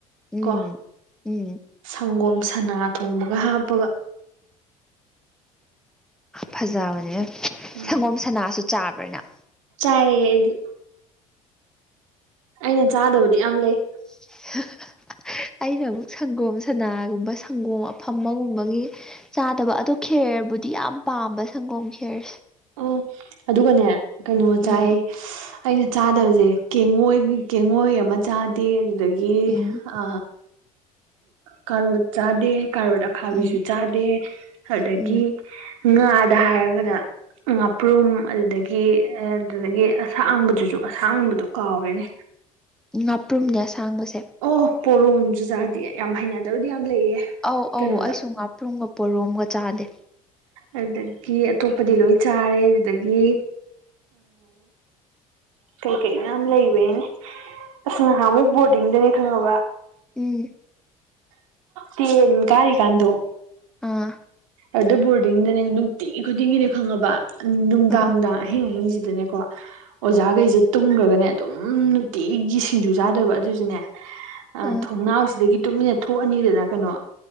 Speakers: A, in the centre; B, on the right (about 65°).
A: ꯎꯝ
B: ꯀꯣ
A: ꯎꯝ
B: ꯁꯪꯒꯣꯝ ꯁꯅꯥ ꯊꯣꯡꯕꯒ ꯍꯥꯞꯄꯒ
A: ꯐꯖꯕꯅꯦ
B: ꯎꯝ
A: ꯍꯪꯒꯣꯝ ꯁꯅꯥꯁꯨ ꯆꯥꯕ꯭ꯔꯅ
B: ꯆꯥꯌꯦꯗꯤ ꯑꯩꯅ ꯆꯥꯗꯕꯗꯤ ꯌꯥꯝ ꯂꯩ
A: ꯎꯃꯝ ꯑꯩꯅ ꯑꯃꯨꯛ ꯁꯪꯒꯣꯝ ꯁꯅꯥꯒꯨꯝꯕ ꯁꯪꯒꯣꯝ ꯑꯐꯝꯕꯒꯨꯝꯕꯒꯤ ꯆꯥꯗꯕ ꯑꯗꯣ ꯈꯦꯔꯕꯨꯗꯤ ꯌꯥꯝ ꯄꯥꯝꯕ ꯁꯪꯒꯣꯝ ꯈꯦꯔꯁꯦ
B: ꯑꯣ ꯑꯗꯨꯒꯅꯦ ꯀꯩꯅꯣ ꯆꯥꯏ
A: ꯎꯝ
B: ꯑꯩꯅ ꯆꯥꯗꯕꯁꯦ ꯀꯦꯡꯉꯣꯏꯒꯤ ꯀꯦꯡꯉꯣꯏ ꯑꯃ ꯆꯥꯗꯦ ꯑꯗꯨꯗꯒꯤ
A: ꯎꯝ
B: ꯑ ꯀ ꯀꯣ ꯆꯥꯗꯦ ꯀ ꯈꯥꯕꯤꯁꯨ
A: ꯎꯝ
B: ꯆꯥꯗꯦ ꯑꯗꯒꯤ
A: ꯎꯝ
B: ꯉꯥꯗ ꯍꯥꯏꯔꯒꯅ ꯉꯥꯄ꯭ꯔꯨꯝ ꯑꯗꯨꯗꯒꯤ ꯑꯗꯨꯗꯒꯤ ꯑꯁꯥꯡꯕꯗꯨꯁꯨ ꯑꯁꯥꯡꯕꯗ ꯀꯥꯎꯔꯦꯅꯦ
A: ꯉꯥꯄ꯭ꯔꯨꯝꯅꯦ ꯑꯁꯥꯡꯕꯁꯦ
B: ꯑꯣ ꯄꯣꯔꯣꯁꯨꯨꯖꯥꯗꯤ ꯌꯥꯝ ꯍꯩꯅꯗꯕꯗꯤ ꯌꯥꯝ ꯂꯩꯌꯦ
A: ꯑꯧ
B: ꯀꯩꯅꯣꯗ
A: ꯑꯧ ꯑꯩꯁꯨ ꯉꯥꯄ꯭ꯔꯨꯝꯒ ꯄꯣꯔꯣꯝꯒ ꯆꯥꯗꯦ
B: ꯑꯗꯨꯗꯒꯤ ꯑꯇꯣꯞꯄꯗꯤ ꯂꯣꯏ ꯆꯥꯔꯦ ꯑꯗꯨꯗꯒꯤ ꯀꯩꯀꯩ ꯃ ꯂꯩꯕꯩꯅꯦ ꯑꯁ ꯉꯥꯏꯍꯥꯛ ꯃꯣꯏ ꯕꯣꯔꯗꯤꯡꯗꯅꯦ ꯈꯪꯉꯕ
A: ꯎꯝ
B: ꯇꯦꯟ ꯀꯔꯤ ꯀꯥꯟꯗꯣ
A: ꯑꯥ
B: ꯑꯗꯨ ꯕꯣꯔꯗꯤꯡꯗꯅꯦ ꯅꯨꯡꯇꯤ ꯈꯨꯗꯤꯡꯒꯤꯅꯦ ꯈꯪꯉꯕ ꯅꯨꯡꯗꯥꯡꯗ
A: ꯑꯥ
B: ꯑꯍꯤꯡ ꯑꯍꯤꯡꯁꯤꯗꯅꯦꯀꯣ ꯑꯣꯖꯥꯈꯩꯁꯦ ꯇꯨꯝꯈ꯭ꯔꯒꯅꯦ ꯑꯗꯨꯝ ꯅꯨꯡꯇꯤꯒꯤ ꯁꯤꯡꯖꯨ ꯆꯥꯗꯕ ꯑꯗꯨꯁꯨꯅꯦ <inaudible>
A: ꯑꯥ
B: ꯊꯧꯅꯥꯎꯁꯤꯗꯒꯤ ꯇꯨꯃꯤꯟꯅ ꯊꯣꯛꯑꯅꯤꯗꯅ ꯀꯩꯅꯣ